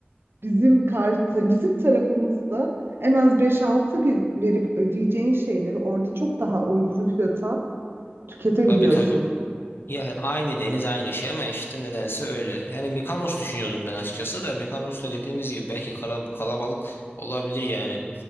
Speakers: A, on the right; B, on the left.
A: bizim kar, bizim tarafımızda en az beş altı bin verip ödeyeceğin şeyleri orada çok daha uygun fiyata tüketebiliyorsun.
B: Tabii tabii. Ya aynı deniz aynı şey ama işte nedense öyle. Yani Mikonos düşünüyordum ben açıkçası da Mikonos da dediğiniz gibi belki kara- kalabalık olabilir yani.